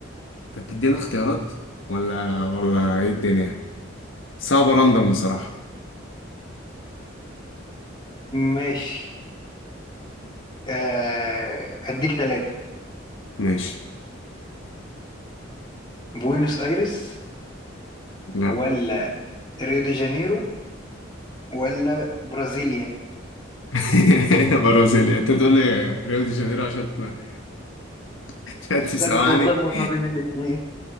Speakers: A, on the left; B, on the left.
A: انت بتدينا اختيارات ولا ولا ايه الدنيا صعبة راندم بصراحة
B: ماشي آه هديك ثلاثة
A: ماشي
B: بوينوس ايرس
A: لا
B: ولا ريو دي جانيرو ولا برازيليا
A: <laughs> برازيل انت تقول لي ريو دي جانيرو عشان ت- <laughs> عشان تسمعني
B: لا كنت بتلخبط
A: <laughs>
B: ما بين الاثنين